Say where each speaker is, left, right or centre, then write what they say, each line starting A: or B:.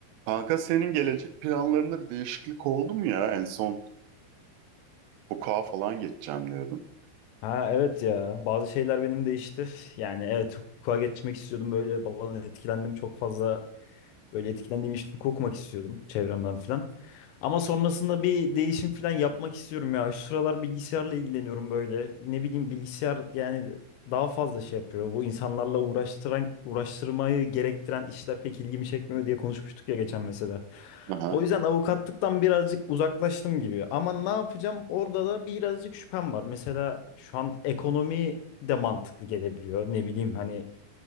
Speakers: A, on the right; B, on the left.
A: Kanka senin gelecek planlarında bir değişiklik oldu mu ya? En son hukuka falan geçeceğim diyordun.
B: Ha evet ya bazı şeyler benim değişti. Yani evet hukuka geçmek istiyordum böyle babadan etkilendim çok fazla Böyle etkilendiğim işleri okumak istiyordum çevremden falan. Ama sonrasında bir değişim falan yapmak istiyorum ya. Şu sıralar bilgisayarla ilgileniyorum böyle. Ne bileyim bilgisayar yani daha fazla şey yapıyor. Bu insanlarla uğraştıran, uğraştırmayı gerektiren işler pek ilgimi çekmiyor diye konuşmuştuk ya geçen mesela.
A: Aha.
B: O yüzden avukatlıktan birazcık uzaklaştım gibi. Ama ne yapacağım? Orada da birazcık şüphem var. Mesela şu an ekonomi de mantıklı gelebiliyor. Ne bileyim hani